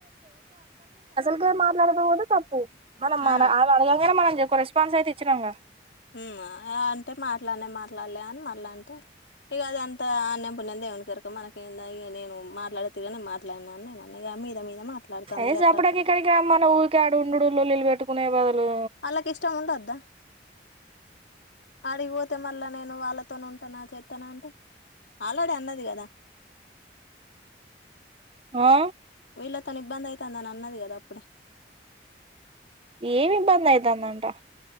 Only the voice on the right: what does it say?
నువ్వే మాట్లాడదామంటే తప్పు మనం మాన
ఆమె అడగంగానే మనం చెక్కొరోస్ ఫార్మ్సయితే ఇచ్చినామ్ గా
ఏ సప్పుడికిక్కడికి
రమ్మను ఊరి ఆడుండుడు లొల్లి పెట్టు కొనే బదులు
ఆ
ఏమిబ్బందయితాందంట